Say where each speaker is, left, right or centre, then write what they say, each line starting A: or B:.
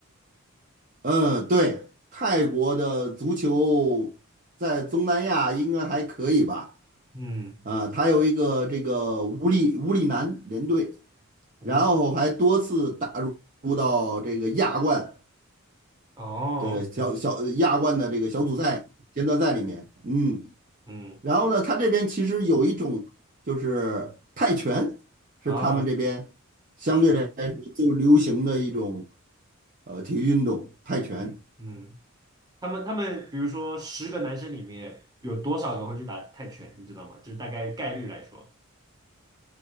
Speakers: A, on the right; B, on the right.
A: 嗯，对，泰国的足球在东南亚应该还可以吧？
B: 嗯，
A: 啊，他有一个这个无力无力男联队，
B: 无
A: 然后还多次打入到这个亚冠。
B: 哦，OK，
A: 的小小亚冠的这个小组赛、阶段赛里面，嗯，
B: 嗯
A: 然后呢，他这边其实有一种就是泰拳，是他们这边相对来说最流行的一种
B: 啊，是，
A: 呃体育运动，泰拳。
B: 嗯嗯，他们他们比如说十个男生里面有多少个会去打泰拳，你知道吗？就是大概概率来说。